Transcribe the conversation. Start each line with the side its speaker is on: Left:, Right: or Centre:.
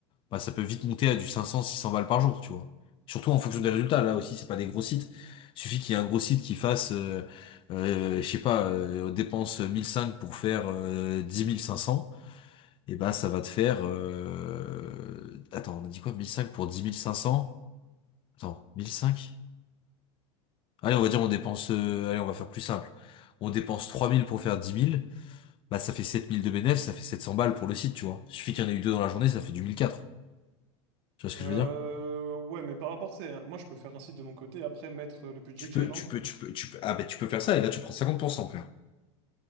Left: bah, ça peut vite monter à du cinq cents, six cents balles par jour, tu vois. Surtout en fonction des résultats. Là aussi, c'est pas des gros sites. Suffit qu'il y ait un gros site qui fasse, euh, euh, je sais pas, euh, dépense 1005 pour faire euh, dix mille cinq cents. Et bah ça va te faire... euh, Attends, on a dit quoi? 1005 pour 10 500? Attends, 1005? Allez, on va dire on dépense... euh, Allez, on va faire plus simple. On dépense 3000 pour faire 10 000. Bah ça fait 7000 de bénéfice, ça fait 700 balles pour le site, tu vois. Suffit qu'il y en ait eu deux dans la journée, ça fait du 1004. Tu vois ce
Right: Euh,
Left: que je veux dire?
Right: ouais, mais par rapport, tu sais, hein, moi je peux faire un site de mon côté, après mettre le budget
Left: Tu
Right: que
Left: peux,
Right: j'ai, non?
Left: tu peux, tu peux, tu peux. Ah bah tu peux faire ça et là tu prends 50%, frère.